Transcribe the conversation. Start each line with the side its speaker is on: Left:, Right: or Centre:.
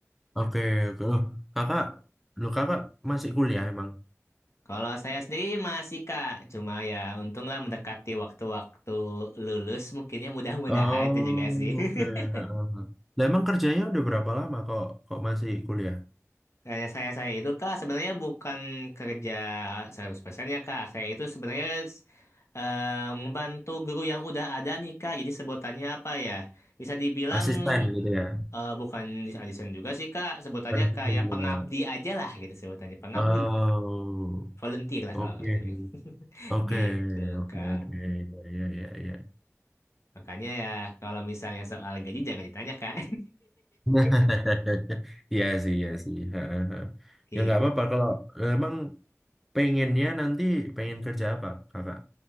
Centre: oke, oke. Loh, kakak, loh kakak masih kuliah emang?
Left: Kalau saya sendiri masih Kak, cuma ya untunglah mendekati waktu-waktu lulus mungkinnya mudah-mudahan
Centre: Oh,
Left: itu juga sih. <laughs>
Centre: oke. Ha, ha, ha. Lah, emang kerjanya udah berapa lama kok kok masih kuliah?
Left: Karya saya saya itu kak sebenarnya bukan kerja 100% ya kak. Saya itu sebenarnya eh, membantu guru yang udah ada nih kak. Jadi sebutannya apa ya? Bisa dibilang
Centre: Asisten gitu ya?
Left: eh, bukan desain juga sih kak. Sebutannya
Centre: Pada asisten
Left: kayak
Centre: juga.
Left: pengabdi aja lah gitu sebutannya. Pengabdi.
Centre: Oh,
Left: Volunteer lah
Centre: oke,
Left: kalau itunya. <laughs>
Centre: oke,
Left: Gitu
Centre: oke,
Left: kak.
Centre: oke. Ya, ya, ya, ya.
Left: Makanya ya kalau misalnya soal gaji jangan ditanya kak.
Centre: <laughs> Iya sih, iya sih. Heeh, heeh.
Left: <laughs> Gitu.
Centre: Ya nggak apa-apa kalau eh, emang pengennya nanti pengen kerja apa, Kakak?